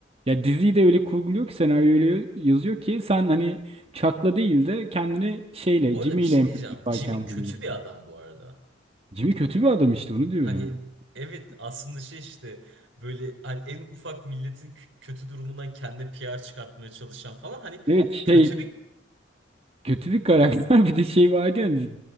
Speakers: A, on the right (about 30°); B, on the right (about 80°).
A: Ya diziyi de öyle kurguluyor ki senaryoyu öyle yazıyor ki sen hani Chuck'la değil de kendini şeyle
B: Bu arada
A: Jimmy'yle
B: bir şey
A: empati
B: diyeceğim.
A: yaparken
B: Jimmy kötü
A: buluyorsun.
B: bir adam bu arada.
A: Jimmy kötü bir adam işte onu diyorum.
B: Hani evet aslında şey işte böyle hani en ufak milletin k- kötü durumundan kendine PR çıkartmaya çalışan falan hani
A: Evet şey
B: kötü bir
A: kötü bir karakter <laughs> bir de şey vardı ya hani